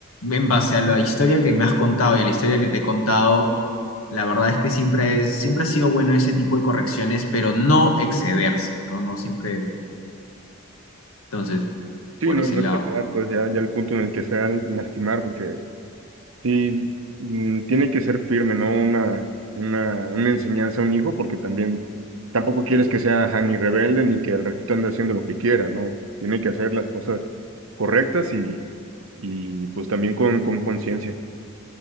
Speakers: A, on the left; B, on the right.
A: en base a la historia que me has contado y a la historia que te he contado, la verdad es que siempre es, siempre ha sido bueno ese tipo de correcciones, pero no excederse, ¿no? No siempre, entonces,
B: Sí,
A: por
B: no,
A: ese
B: no
A: lado,
B: exagerar, pues ya, ya el punto en el que sea lastimar, porque sí, mm, tiene que ser firme, ¿no? Una, una, una enseñanza a un hijo, porque también tampoco quieres que sea ajá, ni rebelde ni que al ratito ande haciendo lo que quiera, ¿no? Tiene que hacer las cosas correctas y, y pues también con, con conciencia.